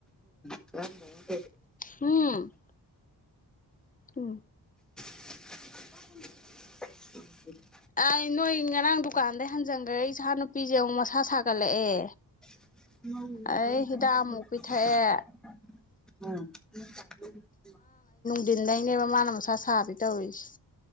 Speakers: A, in the centre; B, on the left.
A: <unintelligible>
B: ꯎꯝ ꯎꯝ
A: <unintelligible>
B: ꯑꯩ ꯅꯣꯏ ꯉꯔꯥꯡ ꯗꯨꯀꯥꯟꯗꯩ ꯍꯟꯖꯟꯈ꯭ꯔꯦ ꯏꯆꯥ ꯅꯨꯄꯤꯁꯦ ꯑꯃꯨꯛ ꯃꯁꯥ ꯁꯥꯒꯠꯂꯛꯑꯦ
A: ꯍ
B: ꯑꯩ ꯍꯤꯗꯥꯛ ꯑꯃꯨꯛ ꯄꯤꯊꯛꯑꯦ
A: ꯎꯝ
B: ꯗꯤꯟꯗꯩꯅꯦꯕ ꯃꯥꯅ ꯃꯁꯥ ꯁꯥꯕꯤ ꯇꯧꯔꯤꯁꯦ